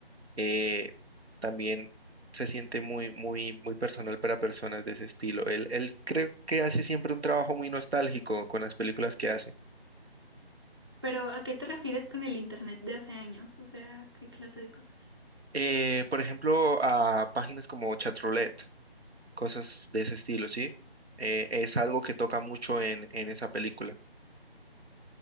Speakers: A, on the right; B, on the right.
A: eh, también se siente muy, muy, muy personal para personas de ese estilo. Él, él creo que hace siempre un trabajo muy nostálgico con las películas que hace.
B: Pero, ¿a qué te refieres con el internet de hace años? O sea, ¿qué clase de cosas?
A: Eh, por ejemplo, a páginas como Chatroulette, cosas de ese estilo, ¿sí? Eh, es algo que toca mucho en, en esa película.